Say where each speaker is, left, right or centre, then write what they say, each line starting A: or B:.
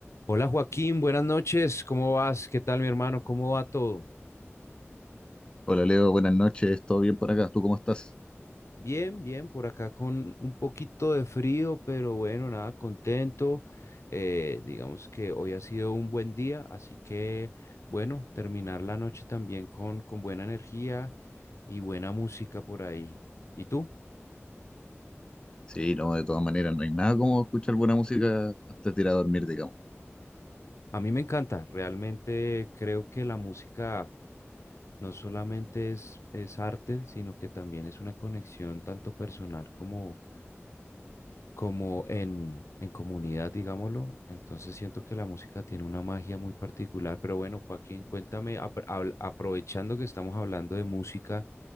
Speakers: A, on the left (about 75°); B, on the left (about 20°).
A: Hola Joaquín, buenas noches, ¿cómo vas? ¿Qué tal mi hermano? ¿Cómo va todo?
B: Hola Leo, buenas noches, ¿todo bien por acá? ¿Tú cómo estás?
A: Bien, bien, por acá con un poquito de frío, pero bueno, nada, contento. Eh, digamos que hoy ha sido un buen día, así que bueno, terminar la noche también con, con buena energía y buena música por ahí. ¿Y tú?
B: Sí, no, de todas maneras, no hay nada como escuchar buena música antes de ir a dormir, digamos.
A: A mí me encanta, realmente creo que la música no solamente es, es arte, sino que también es una conexión tanto personal como como en, en comunidad, digámoslo. Entonces siento que la música tiene una magia muy particular, pero bueno, Joaquín, cuéntame, apro- habl- aprovechando que estamos hablando de música,